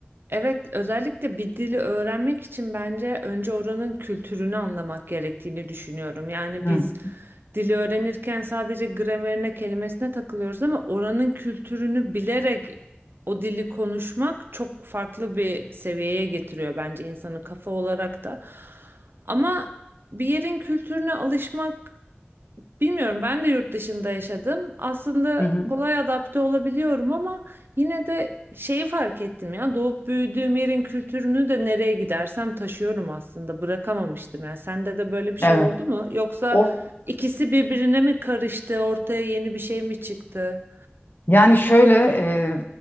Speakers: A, on the right; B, on the left.
A: Evet, özellikle bir dili öğrenmek için bence önce oranın kültürünü anlamak gerektiğini düşünüyorum. Yani
B: Hı
A: biz
B: hı.
A: dili öğrenirken sadece gramerine, kelimesine takılıyoruz ama oranın kültürünü bilerek o dili konuşmak çok farklı bir seviyeye getiriyor bence insanı kafa olarak da. Ama bir yerin kültürüne alışmak Bilmiyorum ben de yurt dışında yaşadım. Aslında
B: hı hı.
A: kolay adapte olabiliyorum ama yine de şeyi fark ettim ya doğup büyüdüğüm yerin kültürünü de nereye gidersem taşıyorum aslında bırakamamıştım. ya. sende de böyle bir şey
B: Evet.
A: oldu mu? Yoksa
B: O
A: ikisi birbirine mi karıştı ortaya yeni bir şey mi çıktı?
B: Yani şöyle e,